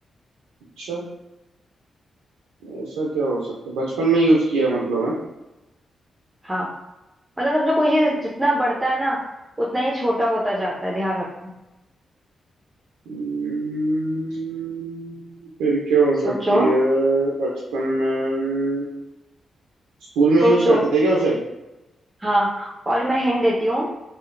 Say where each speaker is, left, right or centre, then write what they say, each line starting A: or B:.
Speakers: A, on the right (about 85°); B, on the right (about 25°).
A: अच्छा ऐसा क्या हो सकता है बचपन में यूज किया मतलब है
B: हाँ मतलब समझो कोई चीज जितना बढ़ता है ना उतना ही छोटा होता जाता है ध्यान रखो
A: हम्म, फिर क्या हो
B: सोचो
A: सकती है बचपन में स्कूल में
B: सोचो
A: यूज करते थे क्या उसे
B: हाँ और मैं हिंट देती हूँ